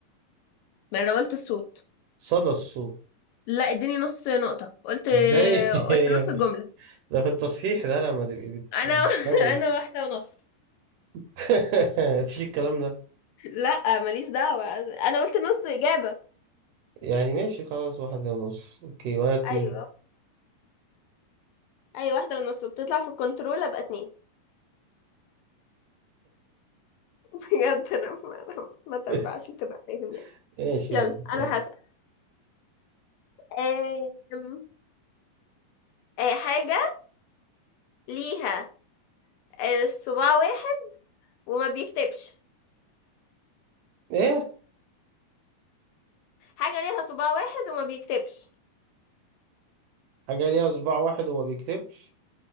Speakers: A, on the left; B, on the right.
A: ما انا قلت الصوت
B: صدى الصوت
A: لا اديني نص نقطة قلت
B: ازاي <laughs>
A: قلت نص الجملة
B: ده في التصحيح ده لما تبقي بتجاوبي
A: انا <laughs> انا واحدة ونص
B: <laughs> مفيش الكلام ده
A: لا ماليش دعوة انا قلت نص اجابة
B: يعني ماشي خلاص واحد ونص اوكي وانا اتنين
A: ايوه اي واحدة ونص بتطلع في الكنترول ابقى اتنين <laughs> بجد انا ما <laughs> ما تنبعش
B: <laughs>
A: بتبقى فاهم يعني
B: ماشي
A: يلا
B: يلا سلام
A: انا هسأل آم، آه، حاجة ليها آه، صباع واحد وما بيكتبش
B: ايه
A: حاجة ليها صباع واحد وما بيكتبش
B: حاجة ليها صباع واحد وما بيكتبش